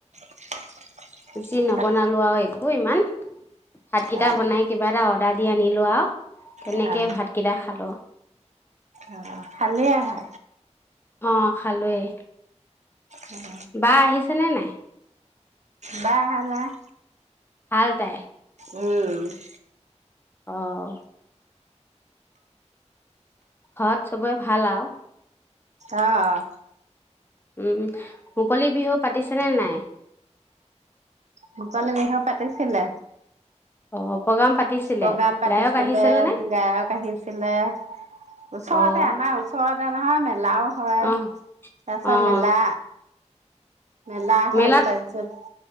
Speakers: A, on the right; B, on the left.
A: <unintelligible>
B: বেছি নবনালো
A: তাত
B: আৰু এক অ ইমান ভাতকেইটা
A: অ
B: বনাই কিবা এটা অৰ্ডাৰ দি আনি লোৱা আৰু তেনেকে
A: অ
B: ভাতকেইটা খালো
A: অ খালি আহা।
B: অ খালোৱৱে
A: উম
B: বা আহিছে নে নাই?
A: বাহ আহা নাই
B: ভাল তাই
A: উম <unintelligible>
B: আহ ঘৰত চবে ভাল আৰু
A: আহ
B: উম মুকলি বিহু পাতিছে নে নাই
A: মুকলি বিহু পাতিছিলে
B: অ প্ৰগ্ৰাম পাতিছিলে
A: প্ৰগ্ৰাম পাতিছিলে
B: গায়ক আহিছিলনে
A: গায়ক আহিছিলে ওচৰতে
B: অ'
A: আমাৰ ওচৰতে অ ম মেলাও হয়
B: অ'
A: তাৰপিছত
B: অ'
A: মেলা মেলা
B: মেলাত
A: হল তাৰছৰত